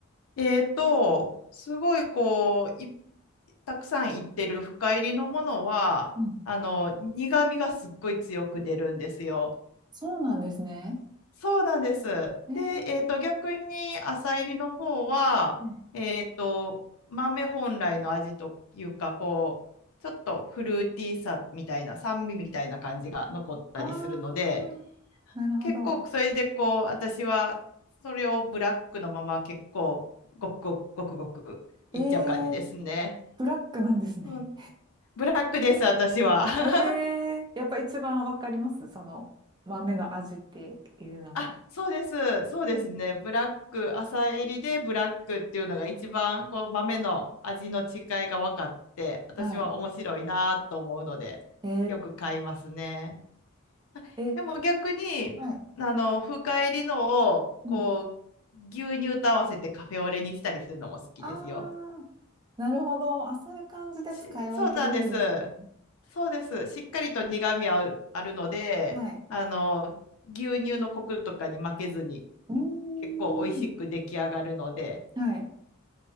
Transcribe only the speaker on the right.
うん
そうなんですね。
えー、
うん
あー、なるほど。
えー、ブラックなんですね。
ええやっぱ一番わかりますその豆の味っていうのが。
うん
はい。え
ええ、はい。
うん。ああ、なるほど。あ、そういう感じで使い分けるんですね。
はい。
うーん。
はい。